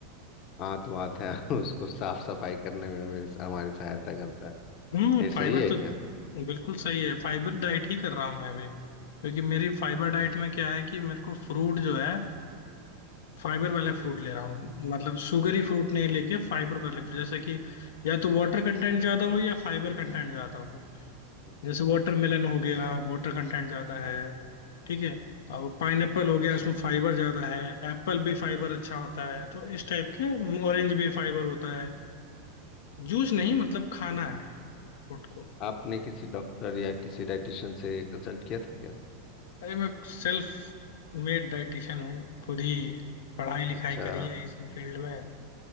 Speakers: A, on the left (about 35°); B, on the left (about 80°).
A: आंत वात है <laughs> उसको साफ सफाई करने में मेरी हमारी सहायता करता है
B: हम्म
A: ये सही
B: फाइबर
A: है
B: तो
A: क्या
B: बिल्कुल सही है फाइबर डाइट ही कर रहा हूँ मैं भी क्योंकि मेरी फाइबर डाइट
A: अच्छा
B: में
A: अच्छा
B: क्या है कि मेरे को फ्रूट जो है फाइबर वाले फ्रूट
A: हम्म,
B: ले रहा हूँ मतलब शुगरी फ्रूट नहीं लेके फाइबर वाले fruit। जैसे कि या तो वाटर कंटेंट ज्यादा हो या फाइबर कंटेंट ज्यादा हो
A: अच्छा
B: जैसे
A: अच्छा।
B: वाटरमेलन हो गया वाटर कंटेंट ज्यादा है
A: हम्म।
B: ठीक है अब पाइनएप्पल हो
A: अच्छा
B: गया उसमें फाइबर ज्यादा है एप्पल भी फाइबर अच्छा होता है तो इस टाइप के ऑरेंज भी फाइबर होता है जूस नहीं मतलब खाना है फ्रूट को
A: आपने किसी डॉक्टर या किसी डाइटिशियन से कंसल्ट किया था क्या
B: अरे मैं सेल्फ मेड डाइटिशियन हूँ खुद ही पढ़ाई लिखाई
A: अच्छा
B: करी है इसी फील्ड में